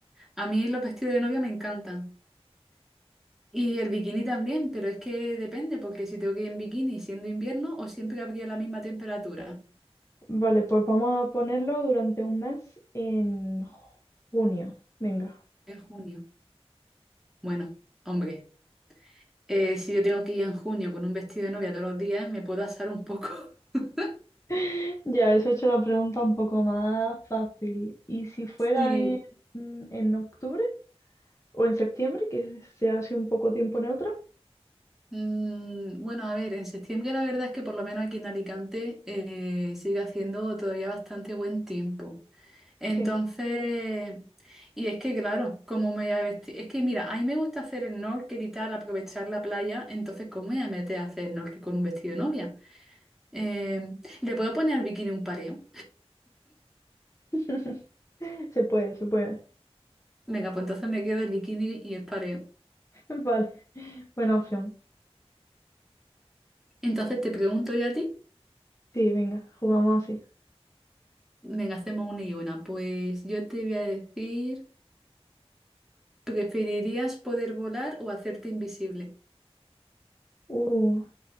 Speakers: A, in the centre; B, on the left.
A: a mí los vestidos de novia me encantan. Y el bikini también, pero es que depende, porque si tengo que ir en bikini siendo invierno o siempre habría la misma temperatura
B: Vale, pues vamos a ponerlo durante un mes en junio. Venga.
A: en junio. Bueno, hombre, eh, si yo tengo que ir en junio con un vestido de novia todos los días, me puedo asar un poco. <laughs>
B: <laughs> Ya, eso he hecho la pregunta un poco más fácil. ¿Y si fuera
A: Sí.
B: en, en octubre o en septiembre, que sea así un poco tiempo neutro?
A: Mm, bueno, a ver, en septiembre la verdad es que por lo menos aquí en Alicante eh, sigue haciendo todavía bastante buen tiempo. Entonces,
B: Sí,
A: y es que claro, cómo me voy a vestir? Es que mira, a mí me gusta hacer snorkel y tal, aprovechar la playa, entonces ¿cómo me voy a meter a hacer snorkel con un vestido de novia? Eh, ¿le puedo poner al bikini un pareo?
B: <laughs> se puede, se puede.
A: Venga, pues entonces me quedo el bikini y el pareo.
B: <laughs> Vale. Buena opción.
A: Entonces te pregunto yo a ti,
B: Sí, venga, jugamos así.
A: venga, hacemos una y una. Pues yo te voy a decir, ¿preferirías poder volar o hacerte invisible?
B: Uh,